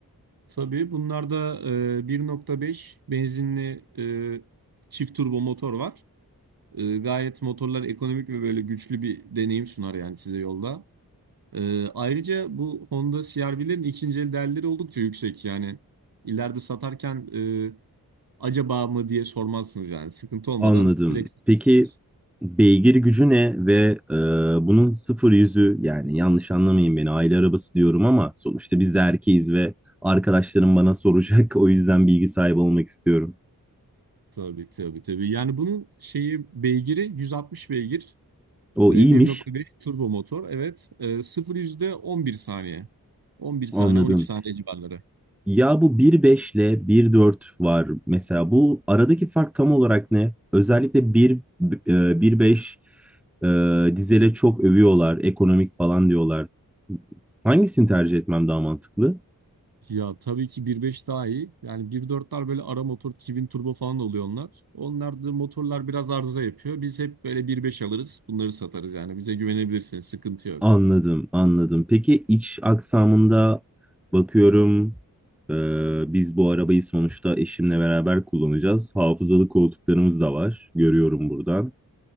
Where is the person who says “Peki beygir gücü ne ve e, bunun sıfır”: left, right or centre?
Centre